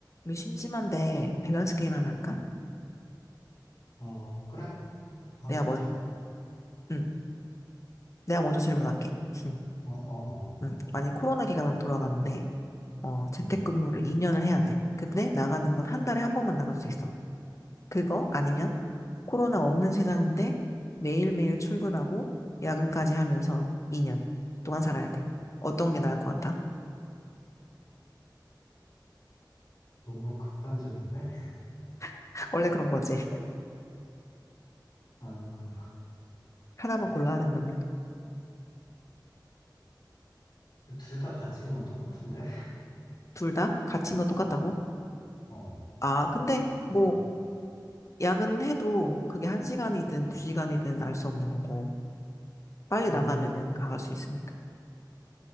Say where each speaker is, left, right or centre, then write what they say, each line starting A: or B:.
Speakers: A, on the left; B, on the left.
A: 우리 심심한데 밸런스 게임 하나 할까?
B: 음. 어, 그래. 하면
A: 내가
B: 하자.
A: 먼, 응, 내가 먼저 질문할게. 응,
B: 어, 어, 어.
A: 응. 만약 코로나 기간으로 돌아가는데, 어, 재택근무를
B: 음,
A: 2년을 해야 돼. 근데 나가는 건 한 달에 한 번만 나갈 수 있어. 그거 아니면 코로나 없는 세상인데 매일매일 출근하고 야근까지 하면서 2년 동안 살아야 돼. 어떤 게 나을 것 같아?
B: 너무 극단적인데?
A: <laughs> 원래 그런 거지.
B: 나는,
A: 하나만 골라야 된다면.
B: 둘 다 같이 뭐 똑같은데?
A: 둘 다? 갇힌 건 똑같다고?
B: 음. 어.
A: 아, 근데 뭐,
B: 음.
A: 야근해도 그게 한시간이든두시간이든 알 수 없는 거고. 빨리
B: 나는,
A: 나가면은 강할 수 있으니까.